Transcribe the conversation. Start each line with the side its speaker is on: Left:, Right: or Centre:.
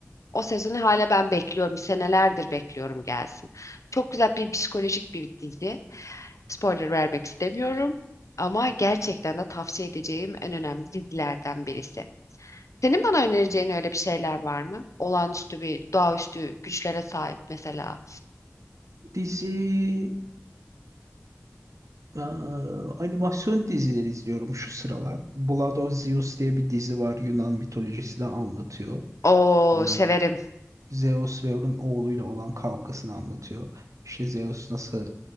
Left: O sezonu hala ben bekliyorum. Senelerdir bekliyorum gelsin. Çok güzel bir psikolojik bir dizi. Spoiler vermek istemiyorum. Ama gerçekten de tavsiye edeceğim en önemli dizilerden birisi. Senin bana önereceğin öyle bir şeyler var mı? Olağanüstü bir, doğaüstü güçlere sahip mesela.
Right: Dizi Ee, animasyon dizileri izliyorum şu sıralar. Blood of Zeus diye bir dizi var. Yunan mitolojisini anlatıyor.
Left: Oo
Right: Ee,
Left: severim.
Right: Zeus ve onun oğluyla olan kavgasını anlatıyor. İşte Zeus nasıl